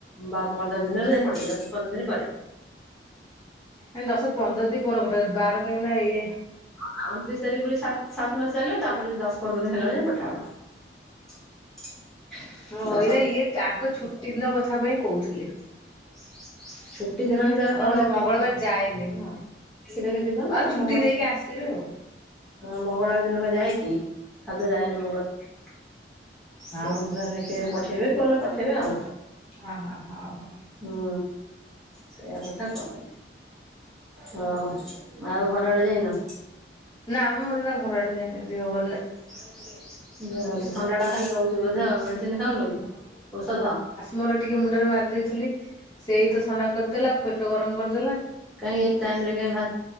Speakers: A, in the centre; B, on the left.
A: ବା ପନ୍ଦର ଦିନରେ ପଠେଇ ଦଉଛି ପନ୍ଦର ଦିନ ପରେ।
B: ନାଇ ଦଶ ପନ୍ଦର ଦିନ ପର କଥା, ବାର କାହିଁକି ନା ଇଏ।
A: ହଁ, ଅଣତିରିଶ ତାରିଖ ପୁରି ସାତ ସାତ ମାସ ହେଲେ, ତାପରେ ଦଶ ପନ୍ଦର ଦିନ ହେଲାଣି ଜାଇ ପଠା ହବ। <inaudible>
B: ହଁ, ହଇନା
A: ଦଶ
B: ଇଏ ତାଙ୍କ ଛୁଟି ଦିନ କଥା ପାଇଁ କହୁଥିଲେ।
A: <unintelligible> ଛୁଟି ଦିନ ଭିତରେ
B: ଓ
A: କଣ <unintelligible> ଦେଖି
B: ମଙ୍ଗଳବାର ଯାଏନି ନୁହଁ
A: ଦେଖି ଯିବ ନା
B: ଆଉ ଛୁଟି
A: ମଙ୍ଗଳବାର
B: ନେଇକି ଆସିବେ ଆଉ।
A: ହଁ ମଙ୍ଗଳବାର ଦିନ କଣ ଯାଏକି? ଆଦୌ ଯାଏନି ମଙ୍ଗଳବାର,
B: ହଉ
A: ଏ ବୁଧବାର
B: ହଉ
A: ଦେଖିବା ପଠେଇବେ, କୋଉ ଦିନ ପଠେଇବେ ଆଉ।
B: ହ, ହ, ହଉ, ହଉ।
A: ହୁଁ, ସେଇୟା କଥା କୁହା ହଉଛି, ହଁ। ଆଉ ଘର ଆଡେ ଯାଇନ।
B: ନା ମୁଁ ଏଇନା ଘର ଆଡେ ଯାଇନି। ଦିହ ଭଲ ନାହିଁ
A: <inaudible> ଦେହ ଭଲ, ଥଣ୍ଡା ଟା ଖାଲି ରହୁଛି ବୋଧେ, ମେଡିସିନ ଖାଉନୁ କି ଔଷଧ?
B: ମୋର ଟିକେ ମୁଣ୍ଡରେ ମାରି ଦେଇଥିଲି, ସେଇ ତ ଥଣ୍ଡା କରିଦେଲା, ପେଟ ଗରମ କରିଦେଲା।
A: କାଇଁ ଏ ଟାଇମ ରେ କାଇଁ ଭା